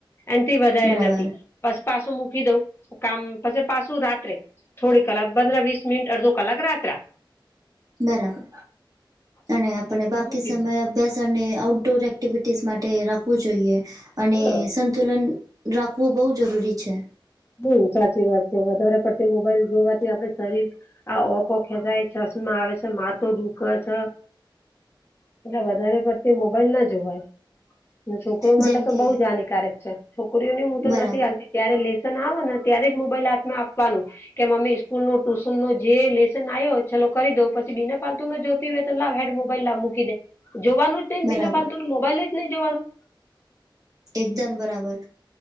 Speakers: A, on the left; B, on the right.
A: એથી વધારે
B: બરાબર
A: નથી પછી પાસું મૂકી દઉં કામ પછી પાસું રાત્રે થોડી કલાક પંદરા વીસ મિનિટ અડધો કલાક રાત્રા.
B: બરાબર અને આપને
A: ફોન
B: બાકી
A: મૂકી
B: સમય
A: દઉં
B: અભ્યાસ અને આઉટડોર એક્ટિવિટીઝ માટે રાખવું જોઈએ અને
A: હા
B: સંતુ લન રાખવું બહુ જરૂરી છે.
A: હમ સાચી વાત છે વધારે પડતી મોબાઈલ જોવાથી આપડે શરીર આ ઓકો ખેચાય ચશ્મા આવે છે માથું દુખે છે. એટલે વધારે પડતી મોબાઈલ ના જોવાય. છોકરો માટે
B: જેમ
A: તો
B: કે
A: બહુ જ હાનિકારક છે છોકરીઓની હું તો
B: બરા
A: નથી હાલતી ત્યારે લેસ ના આવે ને ત્યારે જ મોબાઈલ હાથમાં આપવાનું. કે મમ્મી સ્કૂલનું ટુશનું જે લેસન આવ્યો ચલો કરી દો પછી બીના પાલતુનું જોતી હોય લા હેડ મોબાઈલ લા મૂકી દે જોવાનું જ નહીં
B: બરાબર
A: બિના ફાલતુું મોબાઈલ જ નહી જોવાનું.
B: એકદમ બરાબર